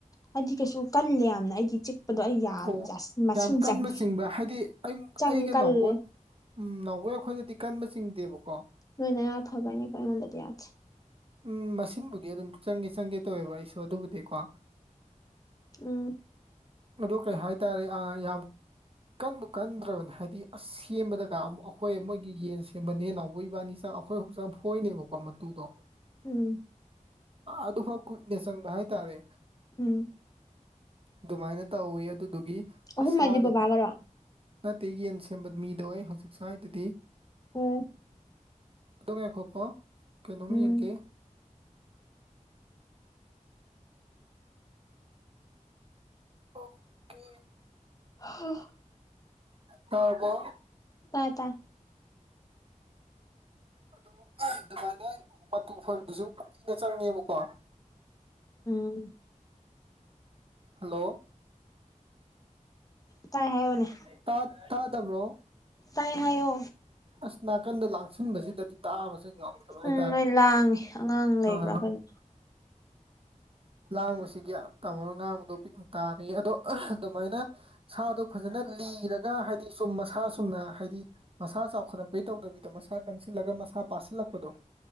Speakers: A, on the left; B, on the right.
A: ꯍꯥꯏꯗꯤ ꯀꯩꯁꯨ ꯀꯜꯂꯦ ꯌꯥꯝꯅ ꯑꯩꯗꯤ ꯑꯩ ꯌꯥ
B: ꯑꯣ
A: ꯃꯁꯤꯡ
B: ꯌꯥꯝ ꯀꯟꯕ
A: ꯆꯪ
B: ꯆꯤꯡꯕ ꯍꯥꯏꯗꯤ ꯑꯩ
A: ꯆꯪ
B: ꯑꯩꯒꯅꯥꯎꯕꯨ
A: ꯀꯜꯂꯦ
B: ꯎꯝ ꯅꯥꯎꯋꯦ ꯑꯩꯈꯣꯏꯗꯗꯤ ꯀꯟꯕ ꯆꯤꯡꯗꯦꯕꯀꯣ
A: ꯅꯣꯏꯅ ꯐꯕ ꯍꯥꯏꯅꯤꯀꯣ ꯑꯩꯉꯣꯟꯗꯗꯤ ꯌꯥꯗ꯭ꯔꯦ
B: ꯎꯝ ꯃꯁꯤꯡꯕꯨꯗꯤ ꯑꯗꯨꯝ ꯆꯪꯒꯦ ꯆꯪꯒꯦ ꯇꯧꯋꯦꯕ ꯑꯩꯁꯨ ꯑꯗꯨꯕꯨꯗꯤꯀꯣ
A: ꯎꯝ
B: ꯑꯗꯨ ꯀꯩ ꯍꯥꯏꯇꯥꯔꯦ ꯌꯥꯝ ꯀꯟꯕꯨ ꯀꯟꯗ꯭ꯔꯕꯅꯤ ꯍꯥꯏꯗꯤ ꯑꯁ ꯁꯦꯝꯕꯗꯒ ꯑꯃꯨꯛ ꯑꯩꯈꯣꯏ ꯃꯣꯏꯒꯤ ꯌꯦꯟ ꯁꯦꯝꯕꯅꯦ ꯅꯥꯎꯕ ꯏꯕꯥꯅꯤ ꯆꯥꯡꯈ ꯑꯩꯈꯣꯏ ꯍꯧꯣꯡꯆꯥ ꯐꯣꯏꯅꯦꯕꯀꯣ ꯃꯇꯨꯗꯣ
A: ꯎꯝ
B: ꯑꯗꯨꯐꯥꯎ ꯀꯨꯏꯅ ꯆꯪꯕ ꯍꯥꯏꯇꯥꯔꯦ
A: ꯎꯝ
B: ꯑꯗꯨꯃꯥꯏꯅ ꯇꯧꯋꯤ ꯑꯗꯨꯗꯨꯒꯤ
A: ꯑꯍꯨꯝ
B: ꯑꯁꯥꯗꯣ
A: ꯍꯥꯏꯗꯤ ꯕꯕꯥꯒꯔꯣ
B: ꯐ ꯅꯠꯇꯦ ꯌꯦꯟ ꯁꯦꯝꯕ ꯃꯤꯗꯣ ꯑꯩ ꯍꯧꯖꯤꯛ ꯁ꯭ꯋꯥꯏꯗꯗꯤ
A: ꯑꯣ
B: ꯑꯗꯨꯝ ꯌꯥꯏꯈꯣ ꯀꯣ ꯀꯩꯅꯣꯝ
A: ꯎꯝ
B: ꯌꯦꯡꯒꯦ ꯑꯣꯀꯦ
A: ꯍꯨ
B: ꯇꯕꯣ
A: ꯇꯥꯢ ꯇꯥꯢ
B: ꯑꯗꯨ ꯑꯗꯨꯃꯥꯏꯅ ꯃꯇꯨ ꯐꯣꯢꯕꯗꯨꯁꯨ ꯀꯨꯏꯅ ꯆꯪꯉꯦꯕꯀꯣ
A: ꯎꯝ
B: ꯍꯜꯂꯣ
A: ꯇꯥꯏ ꯍꯥꯏꯌꯣꯅꯦ
B: ꯇꯥ ꯇꯥ ꯇꯥꯗꯕ꯭ꯔꯣ
A: ꯇꯥꯏ ꯍꯥꯢꯌꯣ
B: ꯑꯁ ꯅꯥꯀꯟꯗ ꯂꯥꯛꯁꯤꯟꯕꯁꯤꯗ ꯇꯥꯕꯁꯦ ꯉꯝꯗꯕ
A: ꯎꯝ
B: ꯍꯥꯏꯇꯥꯔꯦ
A: ꯅꯣꯏ ꯂꯥꯡꯉꯦ ꯑꯉꯥꯡ ꯂꯩꯕ꯭ꯔꯥ
B: ꯑꯥ
A: ꯀꯩꯅꯣ
B: ꯂꯥꯡꯕꯁꯤꯒꯤ ꯇꯥꯃꯣꯅ ꯉꯥꯡꯕꯗꯣ ꯄꯤꯛꯅ ꯇꯥꯔꯦ ꯑꯗꯣ ꯑꯗꯨꯃꯥꯏꯅ ꯁꯥꯗꯣ ꯐꯖꯅ ꯂꯤꯔꯒ ꯍꯥꯏꯗꯤ ꯆꯨꯝ ꯃꯁꯥ ꯆꯨꯝꯅ ꯍꯥꯏꯗꯤ ꯃꯁꯥ ꯆꯥꯎꯈꯠꯂꯛꯄꯩ ꯇꯧꯗꯕꯤꯗꯣ ꯃꯁꯥ ꯀꯟꯁꯤꯜꯂꯒ ꯃꯁꯥ ꯄꯥꯁꯤꯜꯂꯛꯄꯗꯣ